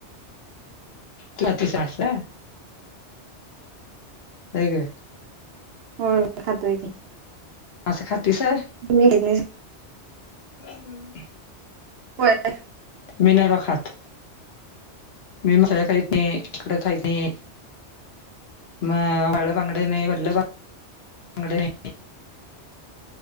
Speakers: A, on the left; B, on the right.
A: तूती मास ला ह ग
B: हो खातोय क
A: असं खातस आहे
B: त घेत
A: हम्
B: होय होय
A: मी नाही ब खात मी मसाळ खात नाही तिकड खायत नाही म प पंगड नाहीड